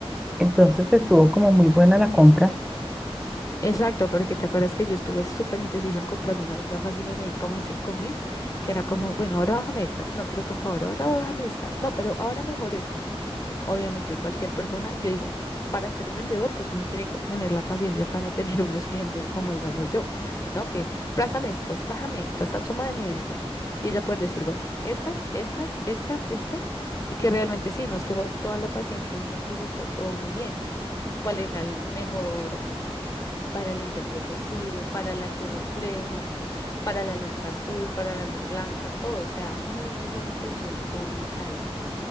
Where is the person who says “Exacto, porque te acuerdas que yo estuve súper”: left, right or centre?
Left